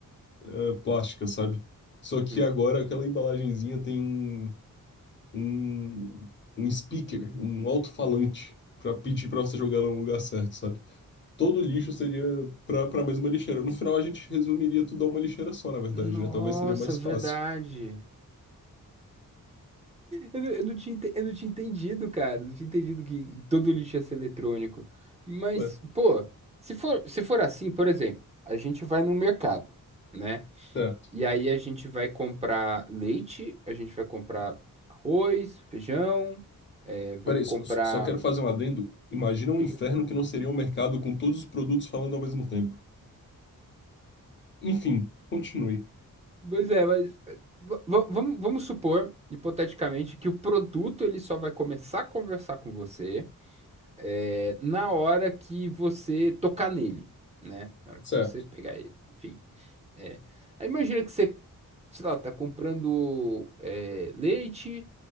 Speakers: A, on the left (about 35°); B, on the right (about 20°).
A: eh, plástica, sabe? Só
B: uhum.
A: que agora aquela embalagenzinha tem um, um, um speaker, um alto-falante, para pedir para você jogar no lugar certo, sabe? todo lixo seria para para a mesma lixeira. No final, a gente resumiria tudo a uma lixeira só, na verdade,
B: Nossa,
A: né? Talvez seria mais
B: verdade.
A: fácil.
B: Eu, não- eu não tinha, ente- eu não tinha entendido, cara. Eu não tinha entendido que todo lixo ia ser eletrônico. Mas,
A: É,
B: pô, se for, se for assim, por exemplo, a gente vai no mercado, né?
A: certo.
B: E aí a gente vai comprar leite, a gente vai comprar arroz, feijão, é, vamos
A: Peraí,
B: comprar.
A: só, só quero fazer um adendo. Imagina um
B: Diga.
A: inferno que não seria um mercado com todos os produtos falando ao mesmo tempo. Enfim, continue.
B: Pois é, mas va- va- vamos, vamos supor, hipoteticamente, que o produto ele só vai começar a conversar com você é, na hora que você tocar nele, né? Na hora
A: Certo.
B: que você pegar ele. Enfim. é. Aí imagina que você, sei lá, tá comprando é, leite,